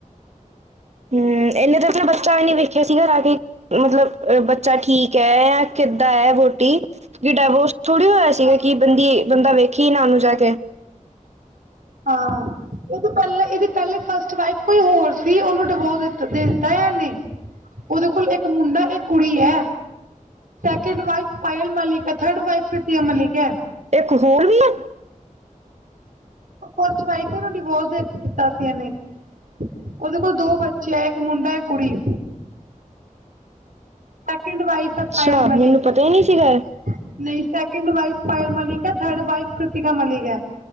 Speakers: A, on the right; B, on the right.
A: ਹੂੰ ਇਹਨੇ ਤਾਂ ਆਪਣਾ ਬੱਚਾ ਵੀ ਨਈ ਵੇਖਿਆ ਸੀਗਾ ਰਾ ਕੇ ਮਤਲਬ ਬੱਚਾ ਠੀਕ ਹੈ ਜਾਂ ਕਿੱਦਾਂ ਹੈ ਵਹੁਟੀ ਵੀ ਡਾਇਵੋਰਸ ਥੋੜ੍ਹੀ ਹੋਇਆ ਸੀਗਾ
B: ਹਾਂ
A: ਕਿ ਬੰਦੀ ਬੰਦਾ ਵੇਖੀ ਨਾ ਉਹ ਨੂੰ ਜਾ ਕੇ
B: ਹਾਂ ਇਹਦੇ ਪੈਲੇ ਇਹਦੇ ਪਹਿਲੀ ਫਸਟ ਵਾਈਫ ਕੋਈ ਹੋਰ ਸੀ ਉਹਨੂੰ ਡਿਵੋਰਸ ਦਿੱਤਾ ਦੇਤਾ ਹੈ ਇਹਨੇ ਉਹਦੇ ਕੋਲ ਇੱਕ ਮੁੰਡਾ ਏ ਕੁੜੀ ਹੈ ਸੈਕਿੰਡ ਵਾਈਫ ਪਾਇਲ ਮਲਿਕ ਹੈ ਥਰਡ ਵਾਈਫ ਕ੍ਰੀਤਿਕਾ ਮਲਿਕ ਹੈ।
A: ਇੱਕ ਹੋਰ ਵੀ ਹੈ।
B: ਫਸਟ ਵਾਈਫ ਉਨੂੰ ਡਿਵੋਰਸ ਦੇ ਦਿੱਤਾ ਸੀ ਇਹਨੇ ਉਹਦੇ ਕੋਲ ਦੋ ਬੱਚੇ ਆ ਇੱਕ ਮੁੰਡਾ ਇੱਕ ਕੁੜੀ ਸੈਕਿੰਡ ਵਾਈਫ
A: ਅੱਛਾ
B: ਆ ਪਾਇਲ ਮਲਿਕ
A: ਮੈਨੂੰ ਪਤਾ ਹੀ ਨਹੀਂ ਸੀਗਾ
B: ਨਹੀਂ ਸੈਕਿੰਡ ਵਾਈਫ ਪਇਲ ਮਲਿਕ ਹੈ ਥਰਡ ਵਾਈਫ ਕ੍ਰਿਤੀਕਾ ਮਲਿਕ ਹੈ।